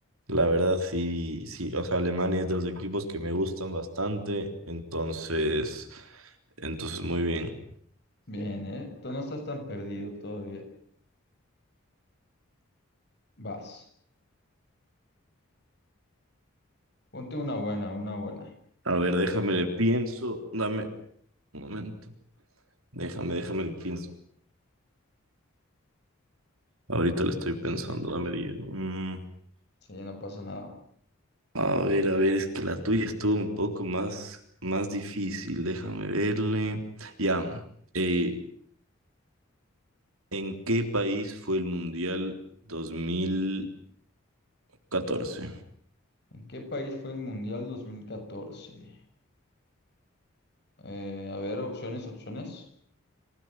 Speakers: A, on the right; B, on the left.
A: la verdad, sí, sí. O sea, Alemania es de los equipos que me gustan bastante. Entonces, entonces muy bien.
B: Bien, ¿eh? Tú no estás tan perdido todavía. Vas. Ponte una buena, una buena.
A: A ver, déjame le pienso. Dame un momento. Déjame, déjame le pienso. Ahorita le estoy
B: Sí,
A: pensando.
B: sí, sí.
A: Dame diez. mm.
B: Sí, no pasa nada.
A: A ver, a ver, es que la tuya estuvo un poco más, más difícil, déjame verle. Ya, eh, ¿en qué país fue el Mundial dos mil catorce?
B: ¿En qué país fue el Mundial 2014? Eh, a ver, opciones, opciones.